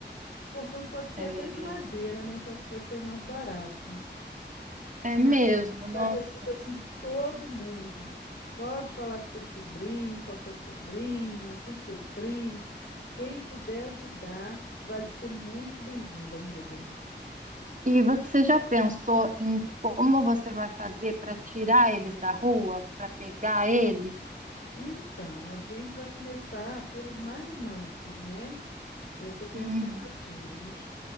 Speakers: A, on the left; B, on the right.
A: Esses portões podem ser
B: é,
A: até de madeira, né, que eu acho que vai ser mais barato.
B: é mesmo,
A: Mas eu precisar
B: nossa.
A: de ajuda assim de todo mundo. Pode falar com seu sobrinho, com a sua sobrinha, com seu primo. Quem puder ajudar vai ser muito bem-vindo, amiga.
B: E você já pensou em como você vai fazer para tirar eles da rua, para pegar eles?
A: Então, a gente vai começar pelos mais mansos, né? Eu tô pensando
B: Uhum.
A: assim, a gente